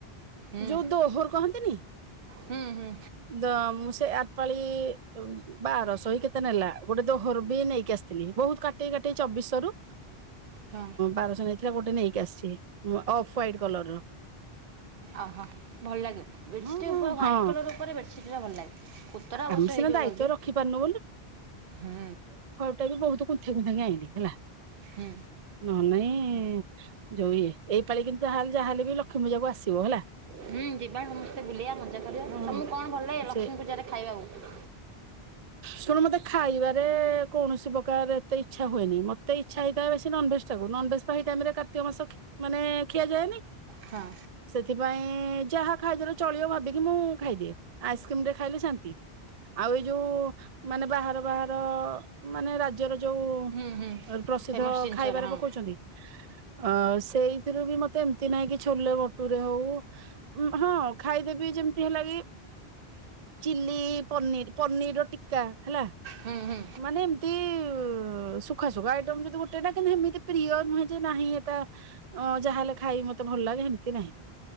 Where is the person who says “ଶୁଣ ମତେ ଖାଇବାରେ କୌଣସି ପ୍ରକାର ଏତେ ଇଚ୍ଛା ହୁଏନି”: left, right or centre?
Right